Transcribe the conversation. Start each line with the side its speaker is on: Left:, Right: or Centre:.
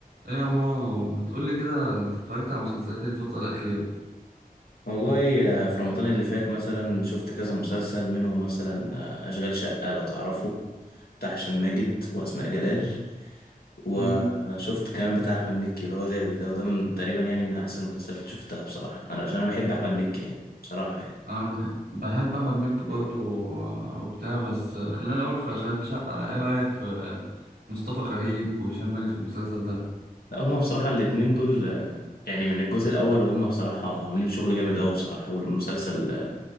Right: ايه يا مارو ما تقولي كده انت اتفرجت على مسلسلات إيه الفترة الأخيرة
Left: والله آه، في رمضان اللي فات مثلا شفت كذا مسلسل منهم مثلا آه، أشغال شقة لو تعرفه بتاع هشام ماجد وأسماء جلال وشفت
Right: امم
Left: كمان بتاع أحمد مكي اللي هو غاوي ده وده من تقريبا يعني من أحسن المسلسلات اللي شفتها بصراحة أنا عشان أنا بحب أحمد مكي يعني بصراحة يعني
Right: انا بح- بحب احمد مكي برضو آه، وبتاع بس آه، خلينا الاول في اشغال شقة ايه رأيك في آه، مصطفى غريب وهشام ماجد في المسلسل ده
Left: لا هما بصراحة الاتنين دول آه، يعني من الجزء الأول وهما بصراحة عاملين شغل جامد أوي بصراحة والمسلسل آه،